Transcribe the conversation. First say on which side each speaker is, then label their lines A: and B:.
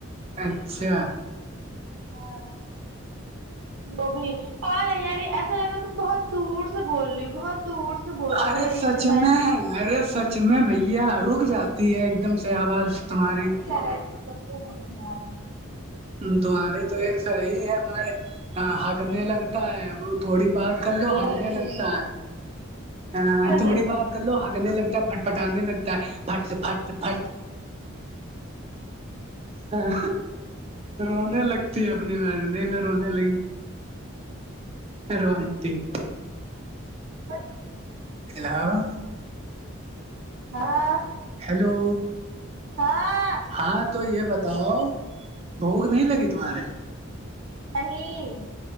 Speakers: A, on the right; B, on the right.
A: اچھا
B: ہاں وہ بھیھی پ نہیں یاری ایسا لگ رہتا تم بہت دور سے بول رہی ہو بہت دور سے بول رہی ہووں
A: ارے
B: بس یہی
A: سچ
B: چلایا
A: میں
B: کرتے ہیں
A: ارے سچ میں بھیا رک جاتی ہے ایک دم سے آواز
B: ابھی
A: تمہاری
B: توبھی کہ رہے ہیں تو سب کر رہا
A: تمہارے تو ایک صحیح ہے ہمارے ہگنے لگتا ہے وہ تھوڑی بات کر
B: کلیئر
A: لو ہگنے
B: آتی
A: لگتا
B: ہے
A: ہے
B: ارے
A: تھوڑی
B: چلو جاؤ
A: بات لو ہگنے لگتا ہے پٹ پٹانے لگتا ہے پٹ سے پھٹ پھٹ ہاں رونے لگتی اپنی مار دیک لو رونے لگی روتی
B: <unintelligible>
A: ہیلو
B: ہاں
A: ہیلو
B: ہاں
A: ہاں تو یہ بتاؤ بھوک نہیں لگی تمہارے
B: نہیں